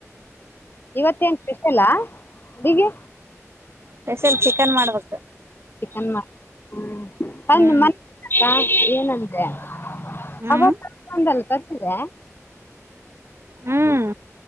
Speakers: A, on the left; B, on the right.
A: ಇವತ್ತೇನ್ ಸ್ಪೆಷಲ್ಲಾ ಅಡಿಗಿ
B: ಸ್ಪೇಷಲ್ ಚಿಕನ್ ಮಾಡ್ಬೇಕ್.
A: ಚಿಕನ್ <unintelligible>
B: ಹ್ಮ್ ಹ್ಮ್
A: <unintelligible> ತರಸ್ಸಿರ್ಯಾ
B: ಹ್ಮ್